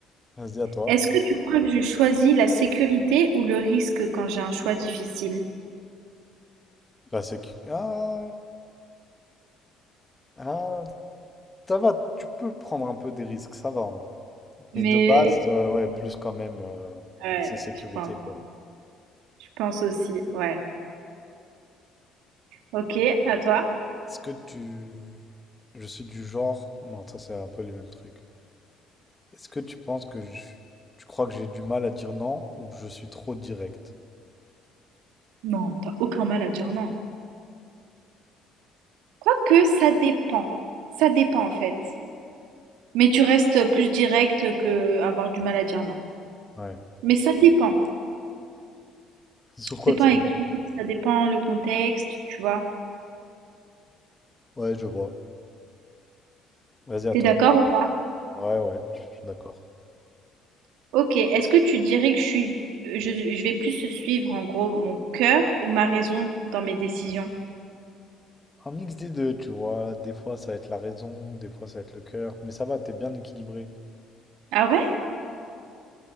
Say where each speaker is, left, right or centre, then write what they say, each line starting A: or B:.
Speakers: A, on the left; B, on the right.
A: Vas-y, à toi.
B: Est-ce que tu crois que je choisis la sécurité ou le risque quand j'ai un choix difficile?
A: Là, c'est qui? Ah, ah, ça va, tu peux prendre un peu des risques, ça va. hein. Mais
B: Mais,
A: de base, euh, ouais, plus quand même euh,
B: ouais,
A: accès sécurité,
B: je pense.
A: quoi.
B: Je pense aussi, ouais. Ok, à toi?
A: Est-ce que tu... Je suis du genre... Non, ça c'est un peu les mêmes trucs. Est-ce que tu penses que je- tu crois que j'ai du mal à dire non ou que je suis trop direct?
B: Non, t'as aucun mal à dire non. Quoique, ça dépend. Ça dépend en fait. Mais tu restes plus direct que avoir du mal à dire non.
A: Ouais.
B: Mais ça dépend.
A: C'est sur
B: Ça
A: quoi
B: dépend
A: que ça
B: avec
A: dépend?
B: qui, ça dépend le contexte, tu vois.
A: Ouais, je vois. Vas-y à
B: T'es
A: toi.
B: d'accord ou pas?
A: Ouais, ouais, je suis d'accord.
B: Ok, est-ce que tu dirais que je suis, je, je vais plus suivre en gros mon cœur ou ma raison dans mes décisions?
A: Un mix des deux, tu vois. Des fois, ça va être la raison, des fois, ça va être le cœur. Mais ça va, t'es bien équilibré.
B: Ah ouais?